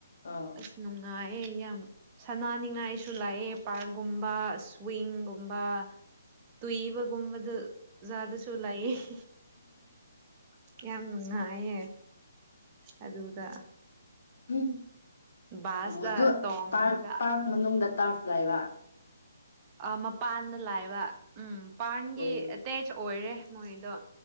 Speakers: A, on the left (about 50°); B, on the right (about 25°).
A: ꯑꯥ
B: ꯑꯁ ꯅꯨꯡꯉꯥꯏ ꯑꯦ ꯌꯥꯝ ꯁꯅꯥꯅꯤꯡꯉꯥꯏꯁꯨ ꯂꯩꯑꯦ ꯄꯥꯔꯛꯀꯨꯝꯕ ꯁ꯭ꯋꯤꯡꯒꯨꯝꯕ
A: <inaudible>
B: ꯇꯨꯏꯕꯒꯨꯝꯕꯗ ꯖꯥꯗꯨꯁꯨ ꯂꯩꯥꯏꯌꯦ ꯌꯥꯝ ꯅꯨꯡꯉꯥꯏꯌꯦ ꯑꯗꯨꯗ
A: ꯎꯝ
B: ꯕꯥꯁꯇ
A: ꯑꯣ ꯑꯗꯨ
B: ꯇꯣꯡꯉꯒ
A: ꯄꯥꯔꯛ ꯄꯥꯔꯛ ꯃꯅꯨꯡꯗ ꯇꯥꯁꯀ ꯂꯩꯕꯥ
B: ꯑꯥ ꯃꯄꯥꯟꯗ ꯂꯩꯕ ꯎꯝ ꯄꯥꯟꯒꯤ
A: ꯑꯣ
B: ꯑꯦꯇꯦꯆ ꯑꯣꯏꯔꯦ ꯃꯣꯏꯗꯣ